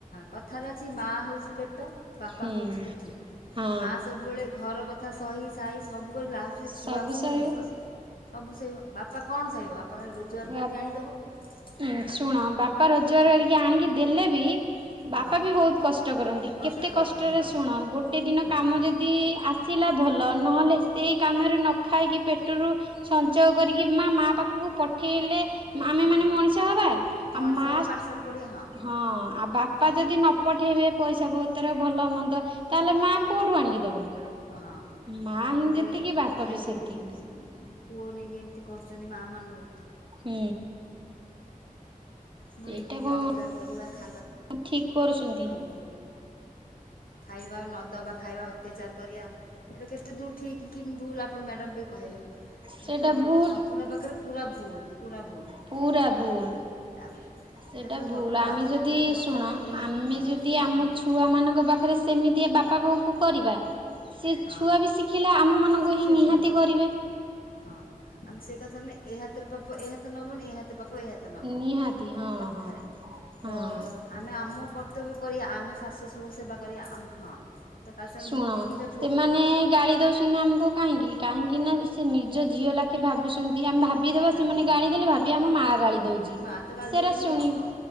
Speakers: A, on the left; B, on the right.
A: କଥାର ମାଆ ହଉଚି। ପେଟ ବାପା
B: ହୁଁ
A: ହେଉ ପିଠି
B: ହଁ।
A: ମା ସବୁବେଳେ ଘର କଥା ସହି ସାଇ ସବୁ କରି ଲାଷ୍ଟ
B: ସବୁ
A: ଆ ହିଁ
B: ସହିବ
A: ଇଏ କରେ। ସବୁ ସେଇ ବାପା କଣ ସହିବ? ବାପା ଖାଲି ରୋଜଗାର
B: ବା
A: କରିକି ଆଣିଦବ।
B: ହୁଁ
A: ଆଉ
B: ଶୁଣ ବାପା ରୋଜଗାର କରିକି ଆଣିକି ଦେଲେ ବି।
A: ହଁ
B: ବାପା ବି ବହୁତ କଷ୍ଟ କରନ୍ତି।
A: କଷ୍ଟ
B: କେତେ
A: କରନ୍ତି
B: କଷ୍ଟରେ
A: ହଁ
B: ଶୁଣ ଗୋଟେ ଦିନ କାମ
A: ହଁ
B: ଯଦି ଆସିଲା ଭଲ ନହେଲେ ସେଇ କାମରେ ନ ଖାଇକି ପେଟ୍ରୋଲ ସଞ୍ଚୟ କରିକି ମା ମା ପାଖକୁ ପ ଏଠି ହେଲେ। ଆମେ
A: ଆଜ୍ଞା।
B: ମାନେ ମଣିଷ ହବା। ଆ
A: ମଣିଷ
B: ମା
A: ହବା ପାଠଶାଠ ପଢ଼ିବା
B: ହଁ ଆ ବାପା
A: ହଁ
B: ଯଦି ନ ପଠେଇବେ ପଇସା ପତ୍ର ଭଲ ମନ୍ଦ ତାହେଲେ ମା କୋଉଠୁ ଆଣିକି ଦବ?
A: ହଁ
B: ମା
A: ତାପରେ
B: ହିଁ ଯେତିକି ବାପା
A: ଆଜିିକାଲି
B: ବି ସେତିକି
A: ଯୋଉ ପୁଅ ନେଇକି ଏମିତି କରୁଛନ୍ତି ମାଆ ମାନଙ୍କୁ।
B: ହୁଁ।
A: ମୋର
B: ସେଇଟା
A: କି
B: କଣ
A: ଅକ୍ତିଆର କରିବା। ବା
B: ଠିକ କରୁଛନ୍ତି
A: ଆଉ ଖାଇବା ନଦବା ଖାଇବା ଅତ୍ୟାଚାର କରିବା ଏଇଟା କେତେ ଦୂର ଠିକ କି ଭୁଲ ଆପଣ ମ୍ୟାଡ଼ାମ ଟିକେ କହିଲେ
B: ସେଇଟା
A: ତ
B: ଭୁଲ
A: ସମ୍ପୂର୍ଣ୍ଣ ପାଖରେ ପୁରା ଭୁଲ୍। ପୁରା ଭୁଲ୍
B: ପୁରା ଭୁଲ୍।
A: ହେଲା ତାପରେ
B: ସେଟା
A: ଏଇଟା ପୁରା
B: ଭୁଲ୍
A: ସବୁଠୁ
B: ଆମେ
A: ପାପ
B: ଯଦି
A: ଏ କଥା
B: ଶୁଣ
A: ନୁହେଁ ଏ ହଁ
B: ଆମେ ଯଦି
A: ହଁ
B: ଆମ
A: କୁହନ୍ତୁ
B: ଛୁଆ ମାନଙ୍କ ପାଖରେ ସେମିତି ବାପା ବୋଉ ହୁଁ କରିବା। ସେ
A: ହଁ
B: ଛୁଆ ବି ଶିଖିଲେ ଆମ ମାନଙ୍କୁ
A: ଶିଖିବେ
B: ହିଁ ନିହାତି
A: ସେ ହଁ
B: କରିବେ।
A: ହଁ ଆମେ ସେଇ କଥାାରେ ଏ ହାତର ପାପ ଏ ହାତ ନବନି ଏହାତ ଏ ହାତ ପାପ ଏ ହାତ ନବନି
B: ନିହାତି ହଁ
A: କଥାରେ
B: ହଁ ହଁ
A: ତ ଆମେ ଆମ କର୍ତ୍ତବ୍ୟ କରି ଆମେ ଶାଶୁ ଶଶୁରଙ୍କ ସେବା କରିବା ହଁ ତ ଖାସ୍ କରି
B: ଶୁଣ
A: ମୁଁ ବି ଦିଟା
B: ସେମାନେ ଗାଳି ଦଉଛନ୍ତି ଆମକୁ କାହିଁକି କାହିଁକି ନା ସେ ନିଜ ଝିଅ ଲାଖେ ଭାବୁଛନ୍ତି। ଆମେ ଭାବିଦବା
A: ଆଜ୍ଞା
B: ସେମାନେ
A: ହଁ
B: ଗାଳି ଦେଲେ ଭାବିବା ଆମ ମା ଗାଳି ଦଉଛି
A: ମା ତ ଗାଳି
B: ସେଟା
A: ଦଉଛନ୍ତି
B: ଶୁଣି
A: ଆଉ ହଁ